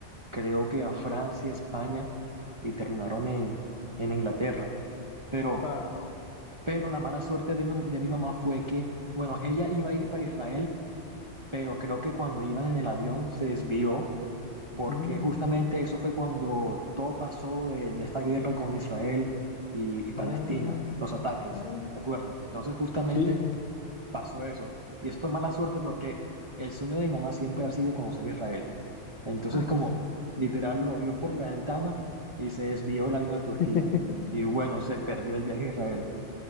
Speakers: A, on the right; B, on the left.
A: creo que a Francia, España y terminaron en, en Inglaterra. Pero
B: Wow.
A: pero la mala suerte de mi, de mi mamá fue que, bueno,
B: Mm,
A: ella iba a ir para Israel, pero creo que cuando iban en el avión se desvió, porque
B: mm,
A: justamente eso fue cuando todo pasó de, de esta guerra con Israel y, y Palestina,
B: Ah,
A: los ataques,
B: ah.
A: ¿te acuerdas? Entonces justamente
B: Sí,
A: pasó eso. Y eso fue mala suerte porque el sueño de mi mamá siempre ha sido conocer Israel. Entonces
B: Ah.
A: como literal lo vio por la ventana y se desvió el avión a
B: <laughs>
A: Turquía. Y bueno, se perdió el viaje a Israel